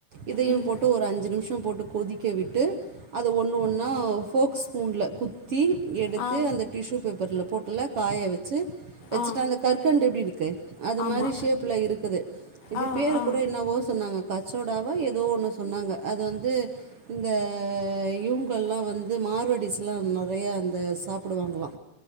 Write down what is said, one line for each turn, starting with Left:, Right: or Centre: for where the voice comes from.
Right: இதையு
Left: ம்
Right: போட் அஞ்சு நிம்ஷோ போட்டு கொதிக்க விட்டு அது ஒன்னு ஒன்னா ஃபோக்ஸ் ஸ்பூன்லா குத் தி எடுத்து
Left: ஆ
Right: அந்த டிஷ்ஷு பேப்பர்ல போட்டுல காய வெச்சு வெச்சிட்டு
Left: ஆ
Right: அந்த கற்கண்ட் எப்டி இருக்கு அது
Left: ஆமா
Right: மாரி ஷேப்ல இருக்குது இது
Left: ஆ
Right: பேரு
Left: ஆ
Right: கூட என்னவோ சொன்னாங்க கச்சோடாவா எதோ ஒன்னு சொன்னாங்க அது வந்து இந்த இவுங்கல்லா வந்து மார்வடிஸ்ல்லா நெறையா அந்த சாப்புடுவாங்களா